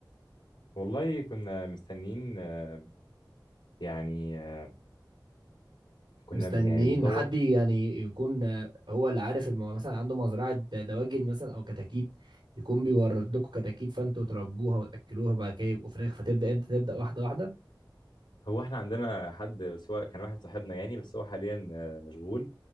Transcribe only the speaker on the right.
مستنيين
حد يعني يكون آه، هو اللي عارف المو... مثلا عنده مزرعة دواجن مثلا أو كتاكيت يكون بيورد لكم كتاكيت فأنتوا تربوها وتأكلوها بعد كده يبقوا فراخ فتبدأ أنت تبدأ واحدة واحدة